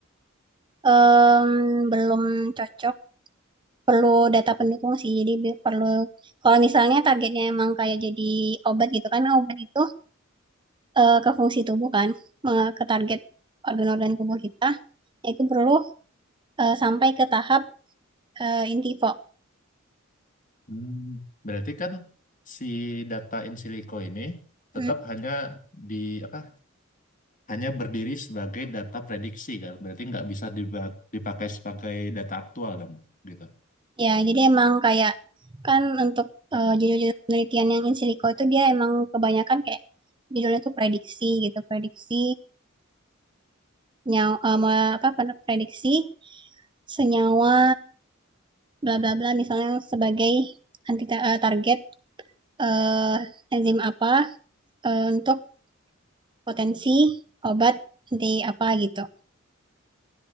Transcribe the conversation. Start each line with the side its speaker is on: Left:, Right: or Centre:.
Right: em, belum cocok perlu data pendukung sih jadi bi- perlu kalau misalnya targetnya emang kayak jadi obat gitu kan obat itu eh, ke fungsi tubuh kan, me- ke target organ-organ tubuh kita, itu perlu eh, sampai ke tahap eh, in vivo.
Left: Hmm, Berarti kan si data in silico ini tetap
Right: Hmm.
Left: hanya di apa? Hanya berdiri sebagai data prediksi kan? Berarti nggak bisa diba- dipakai sebagai data aktual dong, gitu.
Right: Ya, jadi emang kayak kan untuk eh, judul-judul penelitian yang in silico itu dia emang kebanyakan kayak judulnya tuh prediksi gitu, prediksi nyawa eh, me- apa pen- prediksi senyawa bla bla bla misalnya sebagai anti eh, target eh, enzim apa eh, untuk potensi obat anti apa gitu.